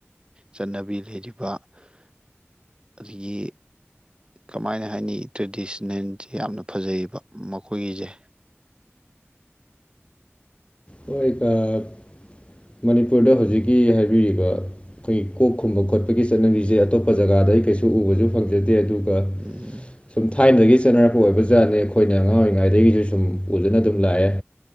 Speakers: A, on the right (about 20°); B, on the left (about 25°).
A: ꯆꯠꯅꯕꯤ ꯂꯩꯔꯤꯕ ꯑꯗꯒꯤ ꯀꯃꯥꯏꯅ ꯍꯥꯏꯅꯤ ꯇ꯭ꯔꯦꯗꯤꯁꯟꯅꯦꯟꯁꯦ ꯌꯥꯝꯅ ꯐꯖꯩꯕ ꯃꯈꯣꯏꯒꯤꯁꯦ
B: ꯍꯀ ꯃꯅꯤꯄꯨꯔꯗ ꯍꯧꯖꯤꯛ ꯍꯧꯖꯤꯛꯀꯤ ꯍꯥꯏꯕꯤꯔꯤꯕ ꯑꯩꯈꯣꯏ ꯀꯣꯛ ꯈꯨꯝꯕ ꯈꯣꯠꯄꯒꯤ ꯆꯠꯅꯕꯤꯁꯦ ꯑꯇꯣꯞꯄ ꯖꯒꯥꯗ ꯑꯩ ꯀꯩꯁꯨ ꯎꯕꯁꯨ ꯐꯪꯖꯗꯦ ꯑꯗꯨ ꯑꯗꯨꯒ
A: ꯎꯝ
B: ꯁꯨꯝ ꯊꯥꯏꯅꯗꯒꯤ ꯆꯠꯅꯔꯛꯄ ꯑꯣꯏꯕꯖꯥꯠꯅꯤ ꯑꯩꯈꯣꯏꯅ ꯑꯉꯥꯡ ꯑꯣꯏꯔꯤꯉꯩꯗꯒꯤꯁꯨ ꯁꯨꯝ ꯎꯖꯅ ꯑꯗꯨꯝ ꯂꯥꯛꯑꯦ